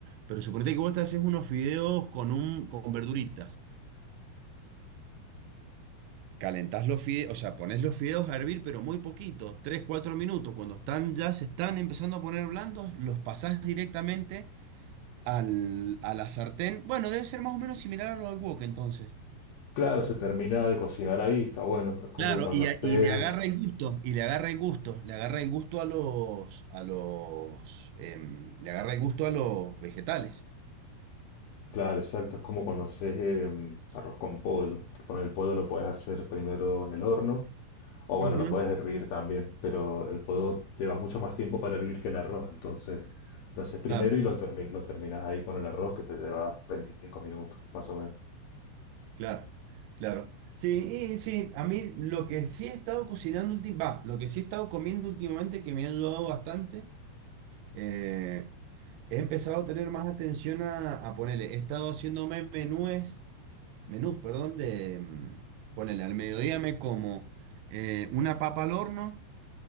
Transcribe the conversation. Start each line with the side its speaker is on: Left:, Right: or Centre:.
Right: pero suponete que vos te haces unos fideos con un, con verduritas. Calentás los fideos, o sea, pones los fideos a hervir, pero muy poquito, tres cuatro minutos. Cuando están ya se están empezando a poner blandos, los pasás directamente al, a la sartén. Bueno, debe ser más o menos similar a lo del wok entonces.
Left: Claro, se termina de cocinar ahí, está bueno, es como
Right: Claro,
Left: cuando
Right: y,
Left: haces,
Right: a- y le agarra el gusto, y le agarra el gusto, le agarra el gusto a los, a los, em, le agarra el gusto a los vegetales.
Left: claro, exacto, es como cuando haces eh, arroz con pollo, que con el pollo lo puedes hacer primero en el horno O bueno,
Right: Ujú,
Left: lo puedes hervir también, pero el podo lleva mucho más tiempo para hervir que el arroz, entonces lo haces primero
Right: Claro.
Left: y lo, termi- lo terminas ahí con el arroz que te lleva veinticinco minutos, más o menos.
Right: Claro, claro. Sí, y sí, a mí lo que sí he estado cocinando últimamente, va, lo que sí he estado comiendo últimamente que me ha ayudado bastante, eh, he empezado a tener más atención a, a ponerle, he estado haciéndome menúes, menús, perdón, de mm, ponerle al mediodía me como eh, una papa al horno,